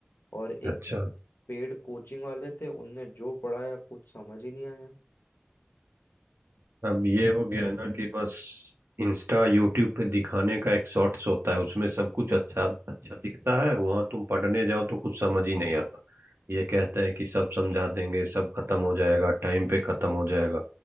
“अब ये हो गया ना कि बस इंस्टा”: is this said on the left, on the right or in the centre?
Right